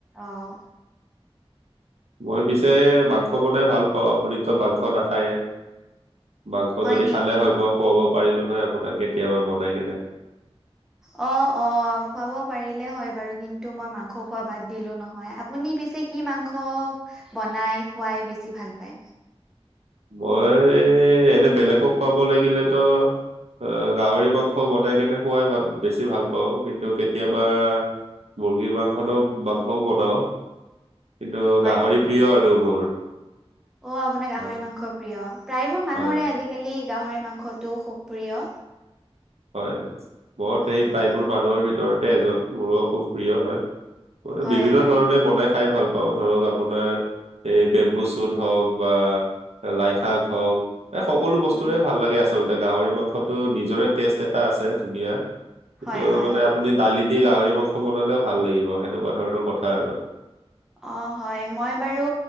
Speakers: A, in the centre; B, on the right.
A: অ'।
B: মই পিছে মাংস বনাই ভাল পাওঁ আপুনিতো মাংস নাখায়ে। মাংস
A: হয়
B: যদি
A: নেকি
B: খালে হয় মই খুৱাব পাৰিলো হয় আপোনাক কেতিয়াবা বনাই কেনে।
A: অ', অ', খুৱাব পাৰিলে হয় বাৰু কিন্তু মই মাংস খোৱা বাদ দিলো নহয়। আপুনি পিছে কি মাংস বনাই খুৱাই বেছি ভাল পায়?
B: মই এনে বেলেগক খুৱাব লাগিলেতো আহ গাহৰি মাংস বনাই কেনে খোৱাই ভে বেছি ভাল পাওঁ। কিন্তু কেতিয়াবা মুৰ্গীৰ মাংসতো মাংসও বনাওঁ কিন্তু
A: হয়
B: গাহৰি
A: নেকি
B: প্ৰিয় আৰু মোৰ।
A: অ', আপোনাৰ গাহৰি
B: হয়
A: মাংস প্ৰিয়, প্ৰায়বোৰ মানুহৰে
B: হয়
A: আজিকালি গাহৰি মাংসটো খুব প্ৰিয়।
B: হয়, মই সেই
A: উম
B: প্ৰায়বোৰ মানুহৰ ভিতৰতে এজন। মোৰো খুব প্ৰিয় হয় মই
A: হয়
B: বিভিন্ন
A: হয়
B: ধৰণে বনাই খাই ভাল পা পাওঁ ধৰক আপোনাৰ এই বেম্বু চুট হওঁক বা লাইশাক হওঁক। এই, সকলো বস্তুৰে
A: উম
B: ভাল লাগে আচলতে, গাহৰি মাংসটো নিজৰে টেষ্ট এটা আছে ধুনীয়া। সেইটো
A: হয় হয়
B: মানে আপুনি দালি দি গাহৰি মাংস বনালেও ভাল লাগিব, সেনেকুৱা ধৰণৰ কথা আৰু।
A: অ', হয় মই বাৰু